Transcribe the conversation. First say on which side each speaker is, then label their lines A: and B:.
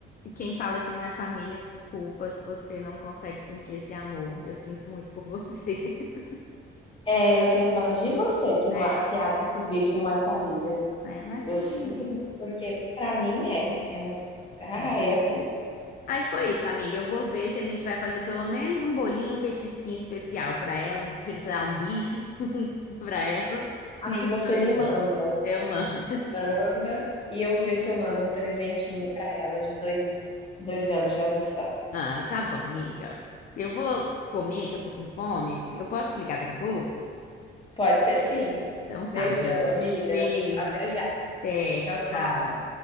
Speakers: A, on the left; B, on the left.
A: Quem fala que não é família, desculpa se você não consegue sentir esse amor. Eu sinto muito por você. <laughs>
B: É, eu tenho dó de você que não
A: É,
B: a- que acha que bicho não é família.
A: é, mas
B: Eu
A: tudo
B: sinto
A: bem.
B: muito, porque pra mim é, é um, ah,
A: É.
B: é tudo.
A: Aí foi isso, amiga. Eu vou ver se a gente vai fazer pelo menos um bolinho, um petisquinho especial pra ela, um fritar um bife <laughs> pra ela
B: Aí
A: nos
B: você
A: dois
B: me manda,
A: anos. Eu amo.
B: manda e eu ver se eu mando um presentinho pra ela de dois, dois anos de adoção.
A: Ai, tá bom, amiga. Eu vou comer, que eu tô com fome. Eu posso te ligar daqui a pouco?
B: Pode ser sim.
A: Então tá,
B: Beijão,
A: amiga.
B: amiga.
A: Beijo,
B: Até já.
A: até,
B: Tchau,
A: tchau.
B: tchau.